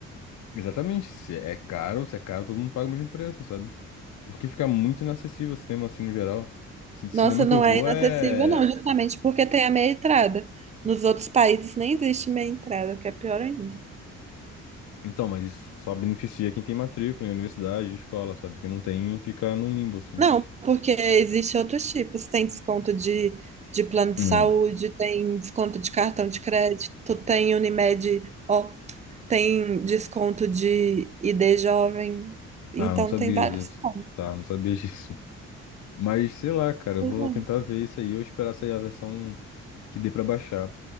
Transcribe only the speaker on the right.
Nossa, não
é inacessível,
não, justamente porque tem a meia entrada. Nos outros países nem existe meia entrada, que é pior ainda.
Não, porque existem outros tipos. Tem desconto de, de plano de
saúde, tem desconto de cartão de crédito, tem Unimed, ó, tem desconto de ID jovem. Então
tem vários
pontos.
né?